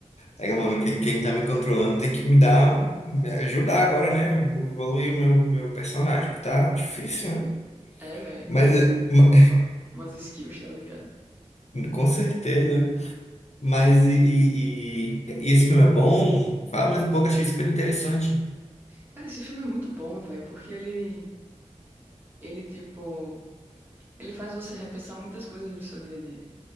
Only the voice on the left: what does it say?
Aí, mano, quem, quem tá me controlando tem que me dar, um- me ajudar agora, né? Evoluir o meu, meu personagem, que tá difícil, né?
Mas,
eh, ma-
<laughs> com certeza. Mas, e, e- e- e esse filme é bom? Fala mais um pouco, achei super interessante.